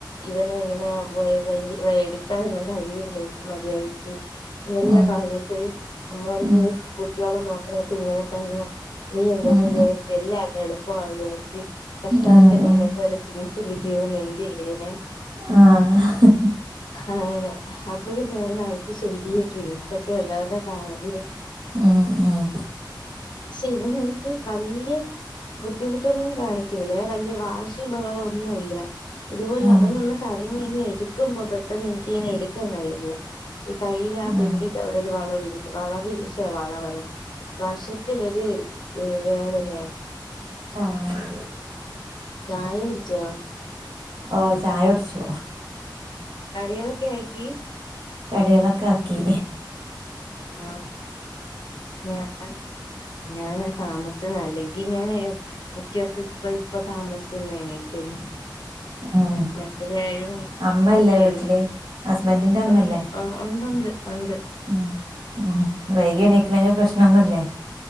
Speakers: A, on the left; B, on the right.
A: ഇവന ഇങ്ങനെ <unintelligible> എടുക്കാനൊന്നും കഴിയ്ണില്ല എനിക് മര്യാദിക്ക്. എല്ല
B: ഉം
A: പറഞ്ഞപ്പഴി അമ്മ പറഞ്ഞ്
B: ഉം ഉം
A: കുട്ടികള നോക്കണൊക്കെ ഇങ്ങനെ തന്നെ. നീ എന്തോന്ന്
B: ഉം
A: വിചാരിച് എല്ല അങ്ങനെ എളുപ്പാണ് വിചാര്ച്ച് കഷ്ടാലത്തി
B: ഉം
A: നിന്ന്
B: ഉം
A: വല്ല ട്വിൻസും കിട്ടിയിര്ന്നെങ്കി എന്തെയ്യേനെ
B: ആഹ്
A: അങ്ങനെ അപ്പഴക്കെ ഞാ ഇരുന്ന് ആലോയിച്ച് ശരിയ ട്വിൻസൊക്കെ ഇള്ളവരുടെ കാര്യം
B: ഉം ഉം
A: പക്ഷെ ഇവന് എനിക്ക് വല്ല്യ ബുദ്ധിമുട്ടൊന്നും കാണിക്കൂലേ വല്യ വാശി വാശിയും ബഹളും ഒന്നുവില്ല ഇതുപോലെ
B: ഉം
A: അവനൊന്ന് കരഞ്ഞ് കഴിഞ്ഞ എടുക്കുമ്പം പെട്ടെന്ന് എനിക്കിങ്ങനെ എടുക്കാൻ കഴിയ്ണില്ല. ഈ കയ്യില് ആ
B: ഉം
A: പെന്റിന്റെ അവിടൊരു വളവ വളവ് ശ്ശെ വളവെന്ന് വശത്തിലൊരു വേദനയാ
B: ആഹ്
A: ചായ കുടിച്ചോ?
B: ഓഹ് ചായ കുടിച്ചു.
A: കടികളൊക്കെ ആക്കി?
B: കടികളൊക്കാക്കി.
A: ആഹ്. ഞാൻ ഞാന് താമസിച്ചെത അല്ലെങ്കി ഞ്ഞാന്. മിക്ക ദിവസം ഇപ്പ ഇപ്പ താമസിച്ചന്നെ എണീക്കല്
B: ഉം
A: മറ്റെത് ഏഴ് മണിക്കെങ്കിലും
B: അമ്മല്ലേ വീട്ടില്
A: എഴുന്നേൽക്കും
B: ഹസ്ബൻറിന്റെ അമ്മല്ലേ?
A: ഉണ്ട് ആഹ് ഉണ്ട്ണ്ട് ഉണ്ട്.
B: ഉം ഉം വൈകി എണീക്ക്ണേന് പ്രശ്നൊന്നുല്ലേ?